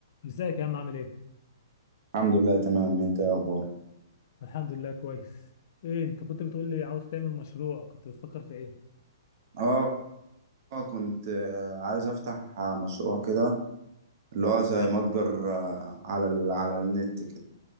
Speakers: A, on the left; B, on the right.
A: ازيك يا عم عامل ايه؟
B: الحمد لله تمام انت ايه اخبارك
A: الحمد لله كويس ايه انت كنت بتقول لي عاوز تعمل مشروع كنت بتفكر في ايه؟
B: اه آه، كنت آه، عايز افتح آه، مشروع كده اللي هو زي
A: اه
B: متجر آه، على ال... على النت كده